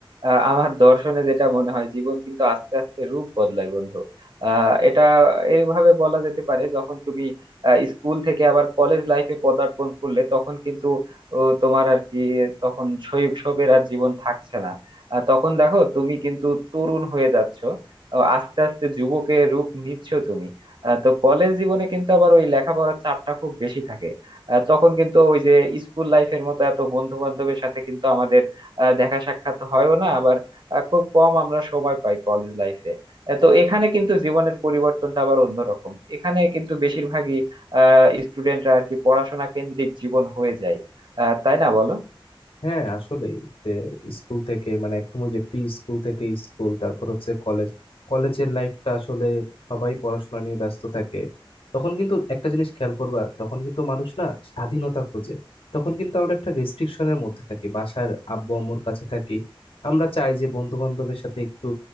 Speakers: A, on the right; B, on the left.
A: আহ, আমার দর্শনে যেটা মনে হয় জীবন কিন্তু আস্তে আস্তে রূপ বদলায় বন্ধু আহ, এটা এইভাবে বলা যেতে পারে যখন তুমি আহ, স্কুল থেকে আবার কলেজ লাইফে পদার্পণ করলে তখন কিন্তু ও, তোমার আর কি তখন শৈশবের আর জীবন থাকছে না আহ, তখন দেখো তুমি কিন্তু তরুণ হয়ে যাচ্ছ আহ, আস্তে আস্তে যুবকের রূপ নিচ্ছ তুমি আহ, তো কলেজ জীবনে কিন্তু আবার ওই লেখাপড়ার চাপটা খুব বেশি থাকে আহ, তখন কিন্তু ওই যে স্কুল লাইফের মতো এত বন্ধু বান্ধবের সাথে কিন্তু আমাদের আহ, দেখা সাক্ষাৎ হয়ও না আবার আহ, খুব কম আমরা সময় পাই কলেজ লাইফে তো এখানে কিন্তু জীবনের পরিবর্তনটা আবার অন্যরকম এখানে কিন্তু বেশিরভাগই আহ স্টুডেন্টরা আর কি পড়াশোনা কেন্দ্রিক জীবন হয়ে যায় আহ, তাই না বলো
B: হ্যাঁ আসলেই যে স্কুল থেকে মানে একদম ওই যে প্রি স্কুল থেকে স্কুল তারপর হচ্ছে কলেজ কলেজের লাইফটা আসলে সবাই পড়াশোনা নিয়ে ব্যস্ত থাকে তখন কিন্তু একটা জিনিস খেয়াল করবা তখন কিন্তু মানুষ না স্বাধীনতা খোঁজে তখন কিন্তু আমরা একটা রেস্ট্রিকশনের মধ্যে থাকি বাসার আব্বু আম্মুর কাছে থাকি আমরা চাই যে বন্ধু বান্ধবের সাথে একটু